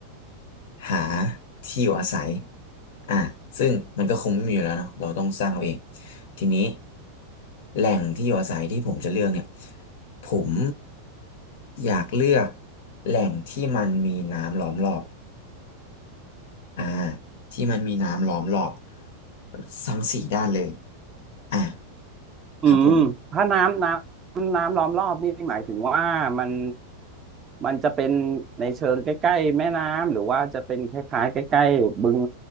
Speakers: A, on the left; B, on the right.
A: หาที่อยู่อาศัยอ่ะซึ่งมันก็คงไม่มีอยู่แล้วเนาะเราต้องสร้างเอาเองทีนี้แหล่งที่อยู่อาศัยที่ผมจะเลือกเนี่ยผมอยากเลือกแหล่งที่มันมีน้ำล้อมรอบอ่าที่มันมีน้ำล้อมรอบทั้งสี่ด้านเลยอ่ะ
B: อืมถ้าน้ำน้ำน้ำล้อมรอบนี่หมายถึงว่ามัน
A: ครับผม
B: มันจะเป็นในเชิงใกล้ๆแม่น้ำหรือว่าจะเป็นคล้ายๆใกล้ๆบึง